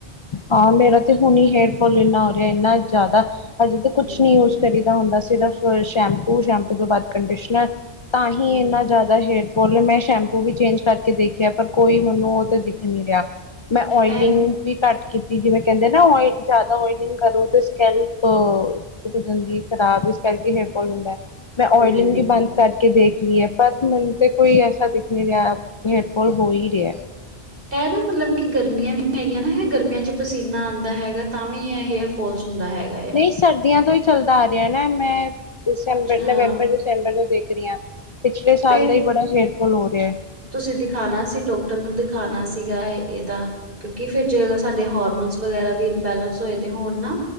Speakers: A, on the left (about 45°); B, on the right (about 55°).
A: ਹਾਂ, ਮੇਰਾ ਤੇ ਹੁਣੇ ਹੇਅਰ ਫੋਲ ਇੰਨਾ ਹੋ ਰਿਹਾ ਇਨਾ ਜ਼ਿਆਦਾ, ਹਜੇ ਤਾਂ ਕੁਛ
B: ਹੂੰ
A: ਨੀ ਯੂਜ਼ ਕਰੀਦਾ ਹੁੰਦਾ। ਸਿਰਫ ਸ਼ੈਂਪੂ, ਸ਼ੈਂਪੂ ਤੋਂ ਬਾਅਦ ਕੰਡੀਸ਼ਨਰ, ਤਾਂ ਹੀ
B: ਹੂੰ
A: ਇੰਨਾ ਜ਼ਿਆਦਾ ਹੇਯਰ ਫਾਲ ਏ। ਮੈਂ ਸ਼ੈਂਪੂ ਵੀ ਚੇਂਜ ਕਰਕੇ ਦੇਖਿਆ, ਪਰ ਕੋਈ ਮੈਨੂੰ ਉਹ ਤਾਂ ਦਿਖ ਨੀ ਰਿਹਾ। ਮੈਂ ਓਇਲਿੰਗ
B: ਇਹ
A: ਵੀ ਘੱਟ ਕੀਤੀ, ਜਿਵੇਂ ਕਹਿੰਦੇ ਨਾ ਓਇਲ ਜ਼ਿਆਦਾ ਓਇਲਿੰਗ ਕਰੋ ਤੇ ਸਕੈਲਪ ੱਸਕਿਨ ਹੋ ਜਾਂਦੀ ਖਰਾਬ, ਇਸ ਕਰਕੇ ਹੇਅਰਫੋਲ ਹੁੰਦਾ ਹੈ। ਮੈਂ ਓਇਲਿੰਗ
B: ਹੂੰ
A: ਵੀ ਬੰਦ ਕਰਕੇ ਦੇਖ ਲਈਏ, ਪਰ ਮੈਨੂੰ ਤੇ ਕੋਈ ਐਸਾ ਦਿਖ ਨਹੀਂ ਰਿਹਾ, ਹੇਡਫੋਲ ਹੋ ਹੀ ਰਿਹਾ।
B: ਇਹ ਨਾ ਮਤਲਬ ਕਿ, ਗਰਮੀਆਂ ਵੀ ਹੈਗੀਆਂ ਨਾ, ਇਹ ਗਰਮੀਆਂ 'ਚ ਪਸੀਨਾ ਆਉਂਦਾ ਹੈਗਾ, ਤਾਂ ਵੀ ਇਹ ਹੇਅਰ ਫੋਲਸ ਹੁੰਦਾ ਹੈਗਾ।
A: ਨਹੀਂ
B: ਆ
A: ਸਰਦੀਆਂ ਤੋਂ ਹੀ ਚੱਲਦਾ ਆ ਰਿਹਾ ਨਾ, ਮੈਂ ਦਸੰਬਰ-
B: ਅੱਛਾ
A: ਨਵੰਬਰ ਦੇਖ ਰਹੀ ਹਾਂ। ਪਿਛਲੇ ਸਾਲ
B: ਫੇਰ
A: ਦਾ ਹੀ, ਬੜਾ ਹੇਅਰਫੋਲ ਹੋ ਰਿਹਾ ਹੈ।
B: ਤੁਸੀਂ ਦਿਖਾਉਣਾ ਸੀ ਡਾਕਟਰ ਨੂੰ, ਦਿਖਾਉਣਾ ਸੀਗਾ ਇਹ ਇਹਦਾ ਕਿਉਂਕਿ ਫਿਰ ਜੇ, ਅਗਰ ਸਾਡੇ ਹਰਮੋਨਸ ਵਗੈਰਾ ਵੀ ਇਨਬੈਲੈਂਸ ਹੋਏ ਦੇ ਹੋਣ ਨਾ